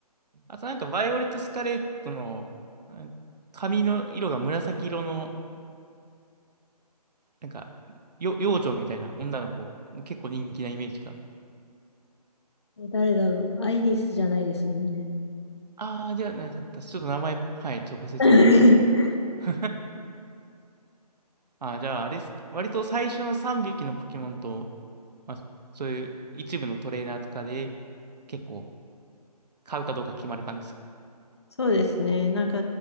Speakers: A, on the right (about 80°); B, on the left (about 40°).
A: あとなんか、バイオレット・スカレットの、あ髪の色が紫色の、なんか、よ、幼女みたいな女の子、結構人気なイメージが。
B: え誰だろう。アイリスじゃないですもんね。
A: ああ、じゃあなかったです。ちょっと名前、はい、ちょっと忘れちゃったんですけど。
B: <laughs>
A: <laughs> ああ、じゃあ、あれですか。割と最初の3匹のポケモンと、まあ、そういう一部のトレーナーとかで、結構買うかどうか決まる感じですか
B: そうですね。なんか、